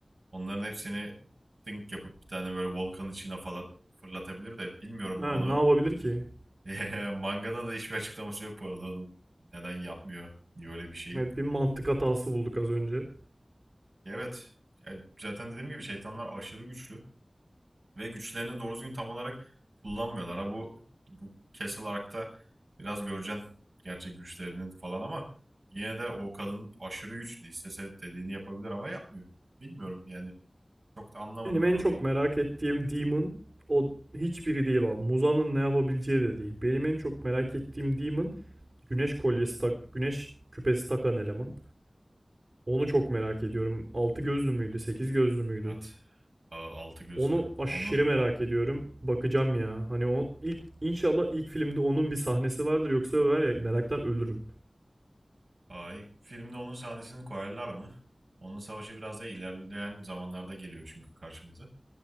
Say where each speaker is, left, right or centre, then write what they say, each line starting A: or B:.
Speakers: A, on the right; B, on the right.
A: Onların hepsini think yapıp bir tane böyle volkan içine falan fırlatabilir de bilmiyorum
B: Ha,
A: onu
B: ne yapabilir ki?
A: <laughs> mangada da hiçbir açıklaması yok bu arada onun neden yapmıyor diye öyle bir şeyi.
B: Evet, bir mantık hatası bulduk az önce.
A: Ya Evet. Ya zaten dediğim gibi şeytanlar aşırı güçlü. Ve güçlerini doğru düzgün tam olarak kullanmıyorlar. Ha bu, bu Castle Ark'ta biraz göreceksin gerçek güçlerinin falan ama yine de o kadın aşırı güçlü. İstese dediğini yapabilir ama yapmıyor. Bilmiyorum yani çok da anlamadım
B: Benim
A: ben
B: en
A: orayı.
B: çok merak ettiğim Demon o hiçbiri değil abi. Muzan'ın ne yapabileceği de değil. Benim en çok merak ettiğim Demon güneş kolyesi tak, güneş küpesi takan eleman. Onu çok merak ediyorum. 6 gözlü müydü, Sekiz gözlü müydü?
A: Evet. Altı gözlü.
B: Onu aşırı
A: Onu
B: merak ediyorum. Bakacağım ya. Hani o ilk inşallah ilk filmde onun bir sahnesi vardır yoksa var ya meraktan ölürüm.
A: ay filmde onun sahnesini koyarlar mı? Onun savaşı biraz da ilerleyen zamanlarda geliyor çünkü karşımıza.